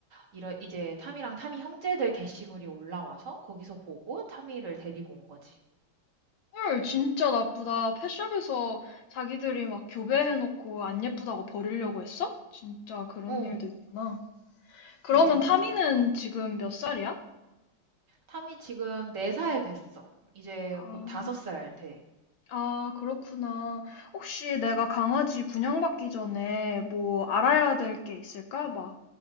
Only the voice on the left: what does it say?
헐, 진짜 나쁘다. 펫샵에서 자기들이 막 교배해놓고 안 예쁘다고 버리려고 했어? 진짜 그런
일도 있구나. 그러면
타미는 지금 몇 살이야?
아,
아, 그렇구나. 혹시 내가 강아지 분양받기 전에 뭐 알아야 될 게 있을까? 막,